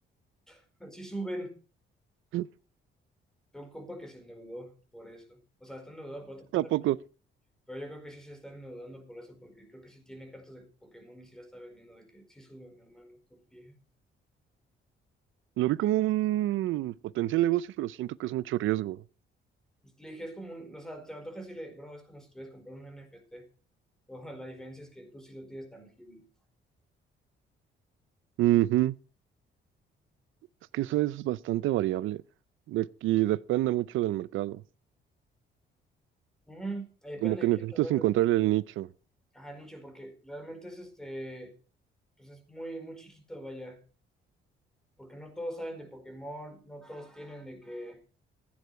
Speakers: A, in the centre; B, on the right.
A: <laughs> sí suben.
B: <laughs>
A: Tengo un compa que se endeudó por eso. O sea, está endeudado por otra cosa,
B: ¿A poco?
A: pero pero yo creo que sí se está endeudando por eso, porque creo que sí tiene cartas de Pokémon y sí la está vendiendo, de que sí sube, mi hermano, confía.
B: Lo vi como un potencial negocio, pero siento que es mucho riesgo.
A: Pues, Le dije, es como un, o sea, te antoja decirle, bro, es como si estuvieras comprando un NFT. <laughs> O la diferencia es que tú sí lo tienes tangible.
B: Ujú. Es que eso es bastante variable. De aquí depende mucho del mercado.
A: Ujú, eh, Depende
B: Como que
A: de
B: necesitas
A: quién lo venda
B: encontrarle el nicho.
A: Ajá, nicho, porque realmente es este, pues es muy, muy chiquito, vaya, porque no todos saben de Pokémon, no todos tienen de que